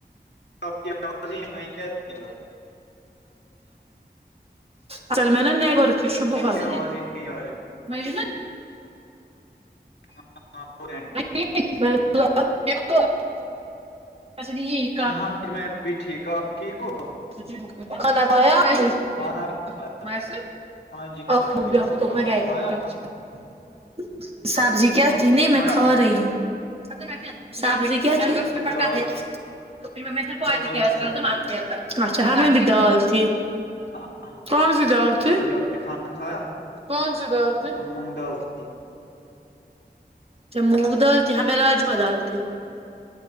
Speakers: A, on the left; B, on the right.
A: آپ کی آواز ہی کیا دیے گا
B: اصل میں نےا ن ت ش بہت
A: کی آواز ہی نہیں آ
B: مج نا
A: ہاں
B: <unintelligible>
A: <unintelligible>
B: <unintelligible>
A: کھانا بھی کھایا
B: <unintelligible>
A: ہاں جی کھانا بھی کھایا آپ نے کھایا
B: <unintelligible>
A: آپ نے کھایا
B: <unintelligible>
A: سبزی تھی دال دال تھی سبزی
B: <unintelligible>
A: <unintelligible>
B: کون سی دال تھی کون سی دال تھی ج مونگ دال تھی ہمیں راجما دال تھی